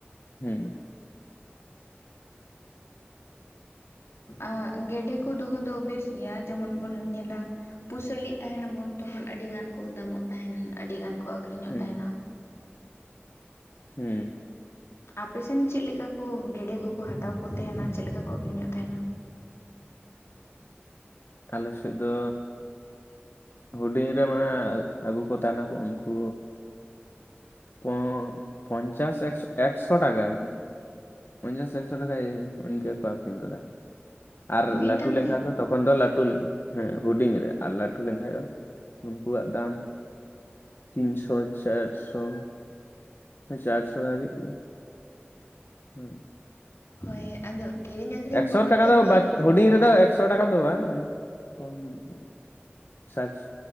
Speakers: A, on the left (about 60°); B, on the left (about 80°).
A: ᱦᱩᱸ ᱾
B: <unintelligible> ᱟ ᱜᱮᱰᱮ ᱠᱚ ᱫᱚᱦᱚᱸ ᱫᱚ ᱵᱮᱥ ᱜᱮᱭᱟ ᱡᱮᱢᱚᱱ ᱵᱚᱱ ᱧᱮᱞᱟ ᱯᱩᱥᱟᱹᱞᱤᱜ ᱛᱟᱦᱮᱸᱱᱟ ᱵᱚᱱ ᱛᱚᱠᱷᱚᱱ ᱟᱹᱰᱤᱜᱟᱱ ᱠᱚ ᱫᱟᱢᱚᱜ ᱛᱟᱦᱮᱸᱸᱱ ᱟᱹᱰᱤᱜᱟᱱ ᱠᱚ ᱟᱹᱠᱷᱨᱤᱧᱚᱜ
A: ᱦᱩᱸ
B: ᱛᱟᱦᱮᱸᱱᱟ ᱾
A: ᱦᱩᱸ ᱾
B: ᱟᱯᱮ ᱥᱮᱱ ᱪᱮᱫ ᱞᱮᱠᱟ ᱠᱚ ᱜᱮᱰᱮ ᱠᱚ ᱠᱚ ᱦᱟᱛᱟᱣ ᱠᱚ ᱛᱟᱦᱮᱸᱱᱟ ᱪᱮᱫᱞᱮᱠᱟ ᱠᱚ ᱟᱠᱷᱨᱤᱧᱚᱜ ᱛᱟᱦᱮᱸᱱᱟ?
A: ᱟᱞᱮ ᱥᱮᱫ ᱫᱚ ᱦᱩᱰᱤᱧ ᱨᱮ ᱢᱟᱱᱮ ᱟᱹᱜᱩ ᱠᱚ ᱛᱟᱦᱮᱸᱱᱟ ᱠᱚ ᱩᱱᱠᱩ ᱯᱚᱱ ᱯᱚᱱᱪᱟᱥ ᱮᱠᱥᱚ ᱮᱠᱥᱚ ᱴᱟᱠᱟ ᱾ ᱯᱚᱱᱪᱟᱥ ᱮᱠᱥᱚ ᱴᱟᱠᱟ ᱤᱱᱠᱟᱹ ᱠᱚ ᱟᱹᱠᱷᱨᱤᱧ ᱠᱚ ᱛᱟᱦᱮᱸᱜ ᱾ ᱟᱨ
B: ᱢᱤᱫᱴᱟᱝ
A: ᱞᱟᱹᱴᱩ ᱞᱮᱱᱠᱷᱟᱱ
B: ᱨᱮ
A: ᱫᱚ ᱛᱚᱠᱷᱚᱱ ᱫᱚ ᱞᱟᱹᱴᱩ ᱞᱮᱱ ᱦᱮᱸ ᱦᱩᱰᱤᱧ ᱨᱮ ᱟᱨ ᱞᱟᱹᱴᱩ ᱞᱮᱱᱠᱷᱟᱱ ᱫᱚ ᱩᱱᱠᱩᱣᱟᱜ ᱫᱟᱢ ᱛᱤᱱᱥᱚ ᱪᱟᱨᱥᱚ ᱾ ᱪᱟᱨᱥᱚ ᱫᱷᱟᱹᱵᱤᱡ ᱜᱮ ᱦᱩᱸ ᱾
B: ᱦᱳᱭ ᱟᱫᱚ ᱠᱤᱨᱤᱧ ᱟᱠᱷᱨᱤᱧ
A: ᱮᱠᱥᱚ
B: ᱵᱟᱵᱚᱫ
A: ᱴᱟᱠᱟ
B: ᱛᱮ
A: ᱫᱚ
B: ᱞᱟᱹᱭ
A: ᱵᱟᱝ
B: ᱵᱮᱱ
A: ᱦᱩᱰᱤᱧ ᱨᱮᱫᱚ ᱮᱠ ᱥᱚ ᱴᱟᱠᱟ ᱫᱚ ᱵᱟᱝ ᱡᱚᱢ ᱧᱚᱜ ᱜᱮ ᱥᱟᱴᱥ